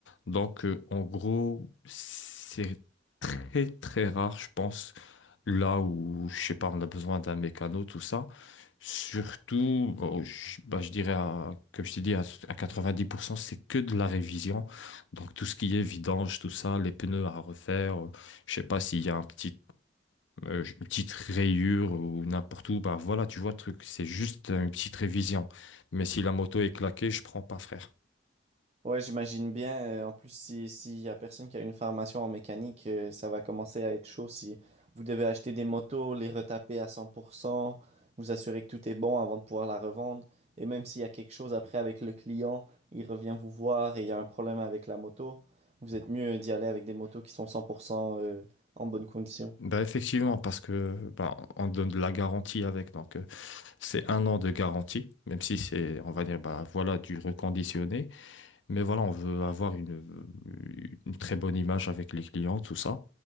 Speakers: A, on the left; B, on the right.
A: Donc, euh, en gros, c'est très, très rare, je pense, là où, je sais pas, on a besoin d'un mécano, tout ça. Surtout, bon, je, bah, je dirais, à- comme je t'ai dit, à, à 90%, c'est que de la révision. Donc, tout ce qui est vidange, tout ça, les pneus à refaire, euh, je sais pas s'il y a un petit euh, une petite rayure ou n'importe où, bah voilà, tu vois le truc, c'est juste une petite révision. Mais si la moto est claquée, je prends pas, frère.
B: Ouais, j'imagine bien. euh, En plus, si, s'il y a personne qui a une formation en mécanique, euh, ça va commencer à être chaud si vous devez acheter des motos, les retaper à 100%, vous assurer que tout est bon avant de pouvoir la revendre. Et même s'il y a quelque chose après avec le client, il revient vous voir et il y a un problème avec la moto, vous êtes mieux d'y aller avec des motos qui sont 100% euh, en bonne condition.
A: Bah effectivement, parce que bah, on donne de la garantie avec, donc euh, c'est un an de garantie, même si c'est, on va dire, bah voilà, du reconditionné, mais voilà, on veut avoir une, une très bonne image avec les clients, tout ça.